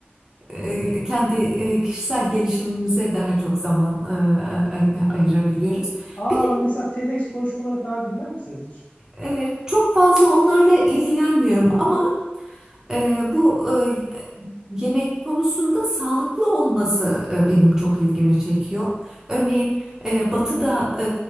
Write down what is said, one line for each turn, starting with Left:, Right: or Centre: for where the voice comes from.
Right: E, kendi e, kişisel gelişimimize daha çok zaman e, ay- ay- ayırabiliyoruz.
Left: Aa
Right: Bir de
Left: mesela TEDx konuşmalarını falan dinler misiniz hiç?
Right: e, çok fazla onlarla ilgilenmiyorum
Left: Hı hı,
Right: ama Ee, bu e, yemek konusunda sağlıklı olması e, benim çok ilgimi çekiyor. Örneğin e, Batı'da e,